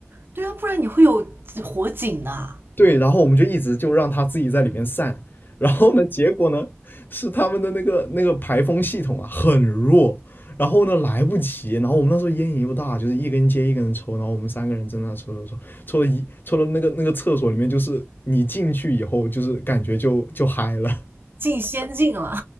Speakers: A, on the right (about 50°); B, on the left (about 45°).
A: 对啊，不然你会有火警的，
B: 对，然后我们就一直就让他自己在里面散，然后呢，结果呢是他们的那个那个排风系统啊很弱，然后呢来不及，然后我们那时候烟瘾又大，就是一根接一根的抽，然后我们三个人在那抽抽抽，抽了一抽了那个那个厕所里面，就是你进去以后就是感觉就就嗨了，
A: 进仙境了，